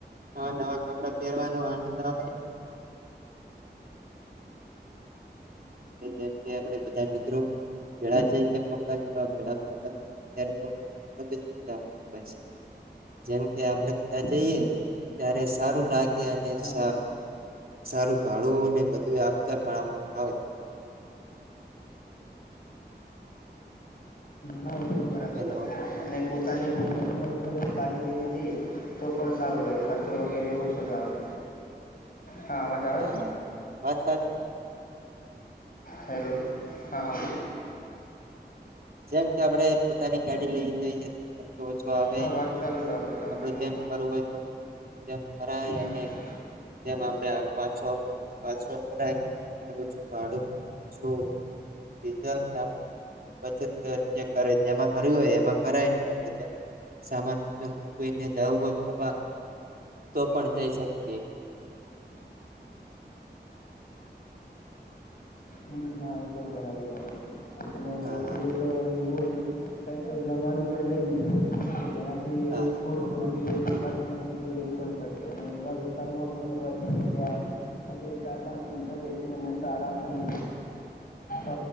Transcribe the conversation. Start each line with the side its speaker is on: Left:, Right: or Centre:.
Right: નવા નવા કપડા પહેરવાનો આનંદ આવે <inaudible> જેમ કે આપણે બધા મિત્રો ભેળા જઈએ ત્યાં કપડા લેવા <unintelligible> ત્યારે બહુ બધુ કામ હોય છે જેમ કે આપડે બધા જઈએ ત્યારે સારું લાગે અને
Left: હા
Right: સ
Left: હમ,
Right: સારું ભાડું ને બધું આપતા પણ આવે
Left: હા એ પણ બરાબર
Right: હેલો
Left: વાત કરી અને પોતાની પર્સનલ તરત ગાડી લઈ લીધી તો પણ સારું રહે ખર્ચો વગેરે ઓછો જ આવે હા અવાજ આવે
Right: હા
Left: છે
Right: હા વાત સાચી
Left: હેલો હા હા
Right: જેમ કે આપણેે પોતાની ગાડી લઈ જઈએ તો ખર્ચો ઓછો આવે
Left: હા વાત ચાલુ રાખો તમે
Right: આપડું જેમ કરરવું હોય તો જેમ ખરા
Left: હમ
Right: અને જેમ આપડે આ પાછો પાછો ભરાય અને ઓછું ભાડુંમાં જો <unintelligible> પછે તે તે કરે જેમાં કર્યું હોય એમાં કરાયને સામાન ત કોઈને જાવું હો ફરવા તો પણ જઈ શકીએ
Left: હમ એ પણ બરાબર વાત છે અને
Right: હા હા
Left: થેડુંક એવું કઈક તો જમવાનું પણ લઈ લીધુ કે જેના થી
Right: હા
Left: એ ફોર ફોર તે લાંબા સમય સુધી રહી પણ શકે અને એવા વિસ્તારોમાં પણ ફરવા જ જ જ્યા પોતે ચ ચાર પાંચ મિનિટો બેસીને મસ્ત આરામ થઈ અ